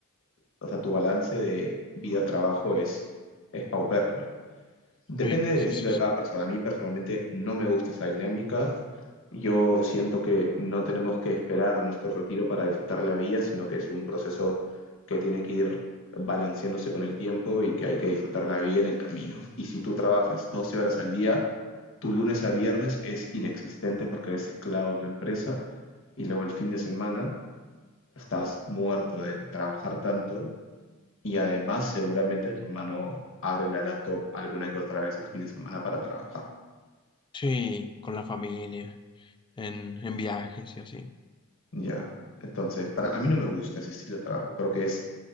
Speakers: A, on the left; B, on the left.
A: O sea, tu balance de vida-trabajo es, es paupérrimo. Depende
B: Sí,
A: del
B: sí,
A: estilo
B: sí,
A: de
B: sí.
A: cada persona. A mí personalmente no me gusta esa dinámica. Yo siento que no tenemos que esperar a nuestro retiro para disfrutar la vida, sino que es un proceso que tiene que ir balanceándose con el tiempo y que hay que disfrutar la vida en el camino. Y si tú trabajas 12 horas al día, tu lunes a viernes es inexistente porque eres esclavo de tu empresa y luego el fin de semana estás muerto de trabajar tanto y además, seguramente tu hermano abre la laptop alguna que otra vez el fin de semana para trabajar.
B: Sí, con la familia, en, en viajes y así.
A: Ya. Entonces, para a mí no me gusta ese estilo de trabajo. Creo que es